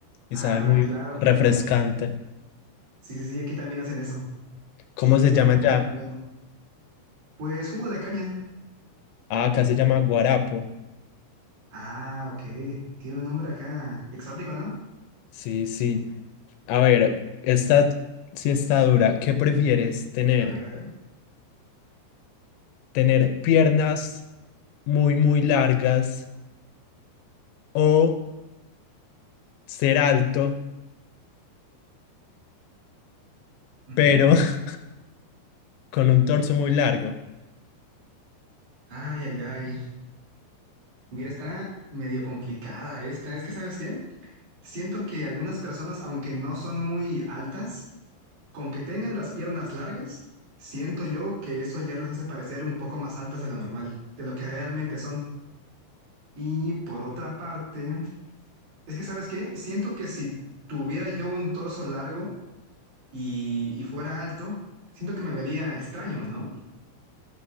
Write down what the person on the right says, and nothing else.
Ah,
claro,
claro.
Sí, sí, sí, aquí también hacen eso.
Sí,
está
muy,
muy bueno. Pues jugo de caña.
Ah, ok. Tiene un nombre acá exótico, ¿no?
A ver, a ver.
Ujú.
Ay, ay, ay. Mira, está medio complicada esta. Es que, ¿sabes qué? Siento que algunas personas, aunque no son muy altas, con que tengan las piernas largas, siento yo que eso ya las hace parecer un poco más altas de lo normal, de lo que realmente son. Y por otra parte, es que, ¿sabes qué? Siento que si tuviera yo un torso largo, y, y fuera alto, siento que me vería extraño, ¿no?